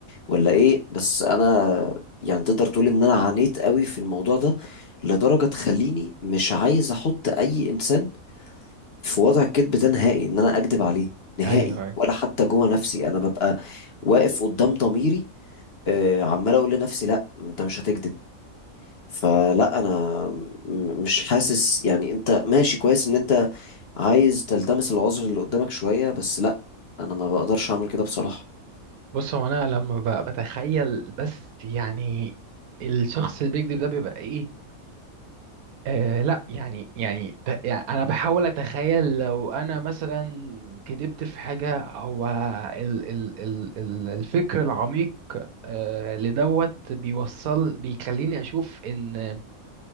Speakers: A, on the left; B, on the right.
A: ولا ايه بس انا يعني تقدر تقول ان انا عانيت قوي في الموضوع ده لدرجة تخليني مش عايز احط اي انسان في وضع الكذب ده نهائي ان انا اكذب عليه نهائي
B: ايوه
A: ولا حتى جوه نفسي انا ببقى واقف قدام ضميري آه، عمال اقول لنفسي لا انت مش هتكذب فلا انا م- مش حاسس يعني انت ماشي كويس ان انت عايز تلتمس العذر اللي قدامك شوية بس لا انا ما بقدرش اعمل كده بصراحة
B: بص هو انا لما ب- بتخيل بس يعني الشخص اللي بيكذب ده بيبقى ايه آه لا يعني يعني, ت- يعني انا بحاول اتخيل لو انا مثلا كذبت في حاجة هو ال ال ال ال الفكر العميق آه لدوت بيوصل بيخليني اشوف ان